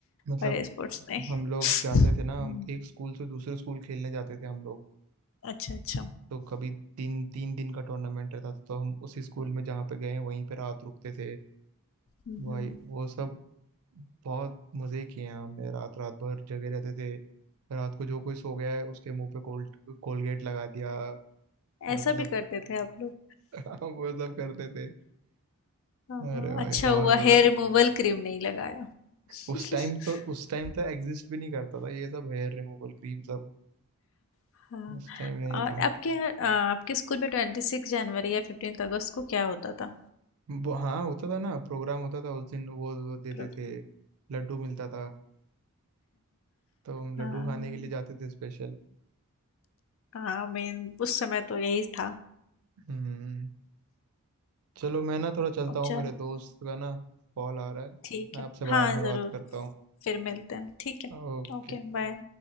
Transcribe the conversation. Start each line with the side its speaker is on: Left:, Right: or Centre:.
Right: मतलब
Left: बड़े स्पोर्ट्स नहीं
Right: हम लोग जाते
Left: हम्म।
Right: थे ना हम एक स्कूल से दूसरे स्कूल खेलने जाते थे हम लोग
Left: अच्छा अच्छा
Right: तो कभी तीन तीन दिन का टूर्नामेंट रहता था तो हम उसी स्कूल में जहाँ पे गए हैं वहीं पे रात रुकते थे
Left: हम्म
Right: भाई वो सब बहुत मजे किए हैं हमने रात रात भर जगे रहते थे रात को जो कोई सो गया है उसके मुंह पे कोल कोलगेट लगा दिया वैसा
Left: ऐसा
Right: सब
Left: भी करते थे आप लोग
Right: <laughs> वो सब करते थे
Left: हाँ,
Right: अरे भाई
Left: अच्छा
Right: बहुत
Left: हुआ
Right: मजा
Left: हेयर
Right: आता
Left: रिमूवल क्रीम नहीं लगाया <laughs>
Right: उस टाइम तो उस टाइम तो एग्जिस्ट भी नहीं करता था ये सब हेयर रिमूवल क्रीम सब
Left: हाँ
Right: उस टाइम नहीं
Left: और
Right: था
Left: आपके अ, आपके स्कूल में ट्वेंटी सिक्स जनवरी या फिफ्टीन अगस्त को क्या होता था
Right: वो हाँ होता था ना प्रोग्राम होता था उस दिन वो वो देते
Left: प्रोग्राम
Right: थे लड्डू मिलता था तो हम
Left: हाँ
Right: लड्डू खाने के लिए जाते थे स्पेशल
Left: हाँ मेन उस समय तो यही था
Right: हम्म चलो मैं ना थोड़ा चलता हूँ
Left: चलो
Right: मेरे दोस्त का ना कॉल आ रहा है
Left: ठीक
Right: मैं
Left: है
Right: आपसे बाद
Left: हाँ
Right: में
Left: ज़रूर
Right: बात करता हूँ
Left: फिर मिलते हैं ठीक है
Right: ओके
Left: Okay bye